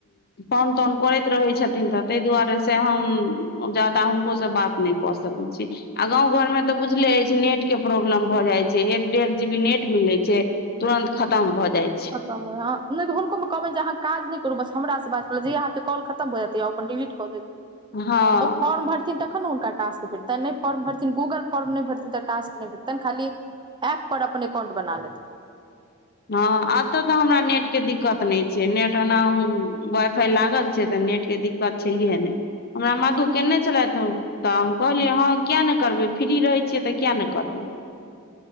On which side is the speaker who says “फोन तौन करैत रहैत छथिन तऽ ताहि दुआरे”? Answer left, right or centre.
Left